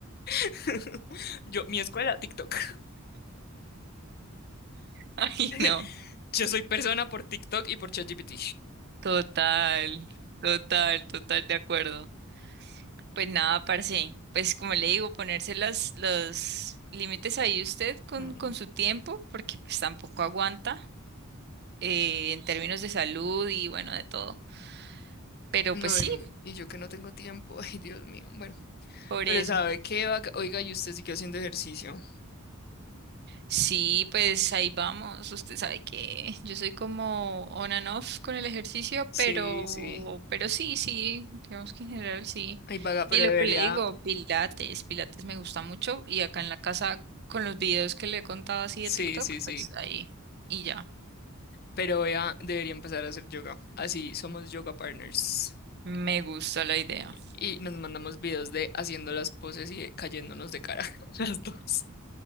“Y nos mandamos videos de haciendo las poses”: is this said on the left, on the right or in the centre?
Left